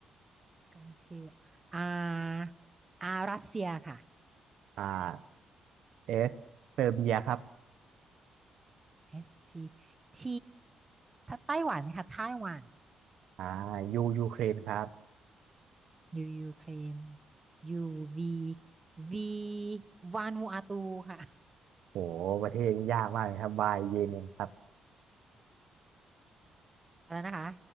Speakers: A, on the right (about 20°); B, on the right (about 75°).
A: กคือ R R รัสเซียค่ะ
B: อ่าเอสเซอร์เบียครับ
A: เอสที T ไต้หวันค่ะไต้หวัน
B: อ่ายูยูเครนครับ
A: U ยูเครน U V V วานูอาตูค่ะ
B: โหประเทศนี้ยากมากเลยครับวายเยเมนครับ
A: อะไรนะคะ